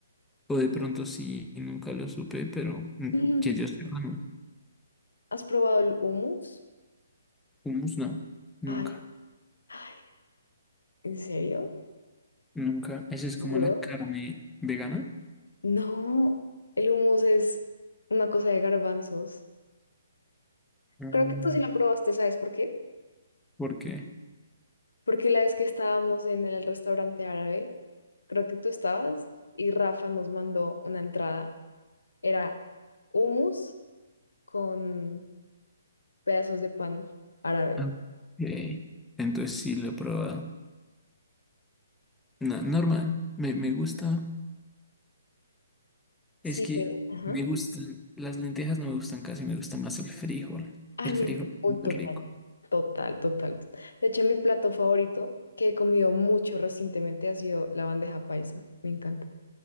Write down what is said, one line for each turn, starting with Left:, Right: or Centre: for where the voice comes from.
Centre: O de pronto sí, y nunca lo supe, pero mm,
Left: Ujú.
Centre: que yo sepa, no.
Left: ¿Has probado el hummus?
Centre: Hummus no, nunca,
Left: Ay, ay, ¿en serio?
Centre: nunca. Esa es
Left: ¿Seguro?
Centre: como la carne vegana.
Left: No, el hummus es una cosa de garbanzos.
Centre: Mm,
Left: Creo que tú sí lo probaste, ¿sabes por qué?
Centre: ¿Por qué?
Left: Porque la vez que estábamos en el restaurante árabe, creo que tú estabas y Rafa nos mandó una entrada. Era hummus con pedazos de pan árabe.
Centre: Ah, ok. Entonces sí lo he probado. No, normal, me, me gusta.
Left: Sí,
Centre: Es que
Left: eh, ajá.
Centre: me gustan, las lentejas no me gustan casi, me gusta más el frijol.
Left: Ay,
Centre: El
Left: mi,
Centre: frijol
Left: uy,
Centre: es
Left: total,
Centre: muy rico.
Left: total, total. total. De hecho, mi plato favorito que he comido mucho recientemente ha sido la bandeja paisa. Me encanta.